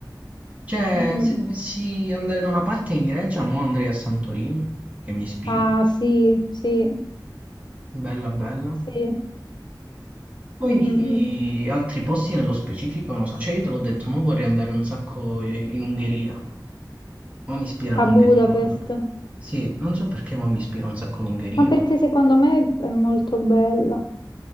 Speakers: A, on the right (about 20°); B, on the left (about 70°).
A: Cioè,
B: Mm, mm.
A: se dovessi andare da una parte in Grecia, mo andrei a Santorini, che mi ispira,
B: Ah, sì, sì,
A: bella bella.
B: sì.
A: Poi
B: Mm, mm, mm.
A: altri posti nello specifico non lo so, cioè io te l'ho detto, mo vorrei andare un sacco i- in Ungheria, mo mi ispira
B: A
A: l'Ungheria,
B: Budapest.
A: non so per- Sì, non so perché mo mi ispira un sacco l'Ungheria.
B: Ma perché secondo me è molto bella.